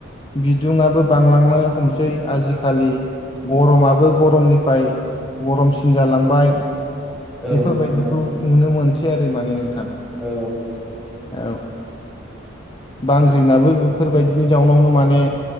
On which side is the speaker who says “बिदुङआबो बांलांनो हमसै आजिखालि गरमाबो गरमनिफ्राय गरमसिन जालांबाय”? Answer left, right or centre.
Left